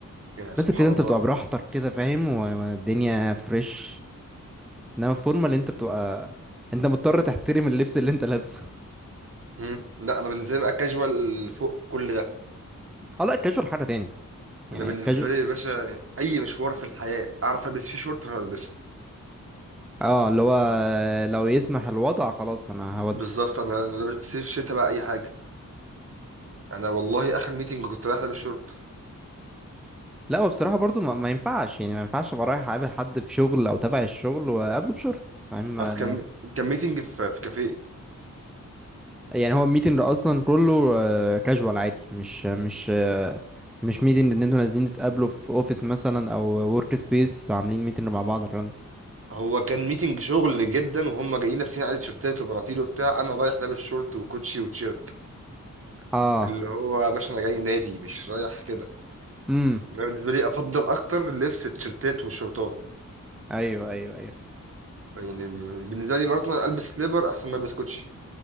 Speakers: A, on the right; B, in the centre.
A: يا
B: الكلاسيك
A: سبحان
B: كده انت
A: الله
B: بتبقى براحتك كده فاهم و- والدنيا فريش انما الفورمال انت بتبقى انت مضطر تحترم اللبس اللي انت لابسه
A: مم. لا انا بالنسبه لي بقى كاجوال فوق كل ده
B: اه لا الكاجوال حاجه تاني يعني
A: انا بالنسبه
B: الكاجوال
A: لي يا باشا اي مشوار في الحياه اعرف البس فيه شورت فانا البسه
B: اه اللي هو لو يسمح الوضع خلاص انا هودي
A: بالظبط انا انا لابس- صيف شتا بقى اي حاجه انا والله اخر ميتنج كنت رايح لابس شورت
B: لا هو بصراحة برضو ما, ما ينفعش يعني ما ينفعش ابقى رايح اقابل حد في شغل او تبع الشغل واقابله بشورت فاهم ما-
A: اصل كان كان ميتنج في في كافيه
B: يعني هو الميتنج ده اصلا كله كاجوال عادي مش مش آه، مش ميتنج ان انتوا نازلين تتقابلوا في اوفيس مثلا او ورك سبيس عاملين ميتنج مع بعض الكلام ده.
A: هو كان ميتنج شغل جدا وهم جايين لابسين عادي تيشيرتات وبناطيل وبتاع انا رايح لابس شورت وكوتشي وتيشيرت
B: اه
A: اللي هو يا باشا انا جاي نادي مش رايح كده
B: امم
A: انا بالنسبه لي افضل اكتر لبس التيشيرتات والشورتات
B: ايوه ايوه ايوه
A: يعني بالنسبه لي برضه انا البس سليبر احسن ما البس كوتشي